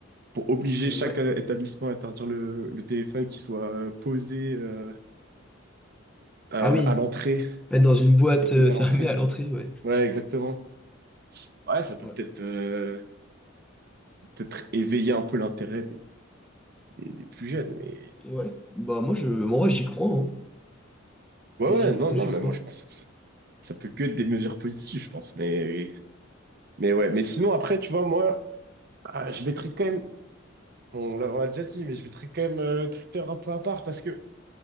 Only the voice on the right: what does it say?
Pour obliger
chaque
euh, établissement à interdire le, le téléphone qui soit euh, posé, euh, euh,
à l'entrée
déposé
à l'entrée.
Ouais, exactement. Ouais, ça peut
peut-être euh, peut-être éveiller un peu l'intérêt des, des, des plus jeunes, mais
ouais,
ouais,
non, non,
mais
moi je pense que ça, ça peut que être des mesures positives, je pense, mais mais ouais, mais sinon après, tu vois, moi, ah, je mettrais quand même, bon, on l'a on l'a déjà dit, mais je mettrais quand même euh, Twitter un peu à part parce que